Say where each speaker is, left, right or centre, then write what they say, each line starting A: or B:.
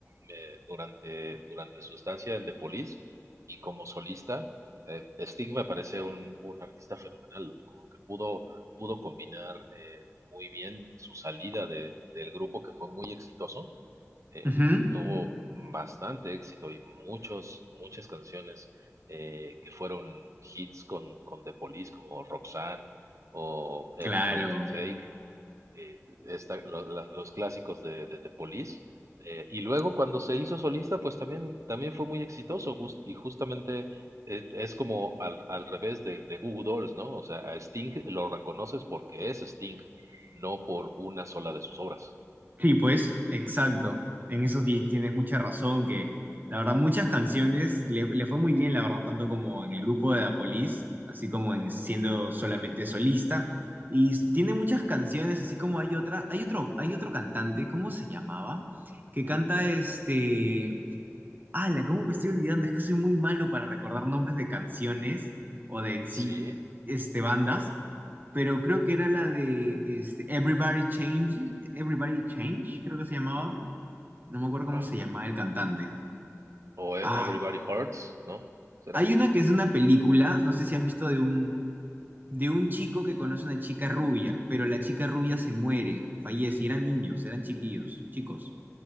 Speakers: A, on the right; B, on the right.
A: me- durante, durante su estancia en The Police y como solista. eh, Sting me parece un, un artista fenomenal, como que pudo, pudo combinar eh, muy bien su salida de- del grupo que fue muy exitoso. eh,
B: Ujú,
A: tuvo bastante éxito y muchos, muchas canciones eh, que fueron hits con, con The Police, como Roxanne o
B: Claro.
A: Every Breath You Take eh, esta- lo- la- los clásicos de, de, de Police. Eh, y luego cuando se hizo solista, pues también, también fue muy exitoso jus- y justamente eh, es como al, al revés de, de Goo Goo Dolls, ¿no? O sea, a Sting lo reconoces porque es Sting, no por una sola de sus obras.
B: Sí, pues, exacto. En eso ti- tienes mucha razón, que la verdad muchas canciones le, le fue muy bien, la verdad, tanto como en el grupo de Apolis, así como en siendo solamente solista. Y s- tiene muchas canciones, así como hay otra, hay otro, hay otro cantante, ¿cómo se llamaba? Que canta este... ¡Hala! ¿Cómo me estoy olvidando? Es que soy muy malo para recordar nombres de canciones o de en sí,
A: Sí,
B: este, bandas pero creo que era la de este, Everybody Change, Everybody Change, creo que se llamaba. No me acuerdo cómo
A: ajá.
B: se llamaba el cantante.
A: O E-
B: Ah,
A: Everybody Hurts, ¿no? ¿Será?
B: hay una que es de una película, no sé si has visto de un, de un chico que conoce a una chica rubia, pero la chica rubia se muere, fallece, y eran niños, eran chiquillos, chicos.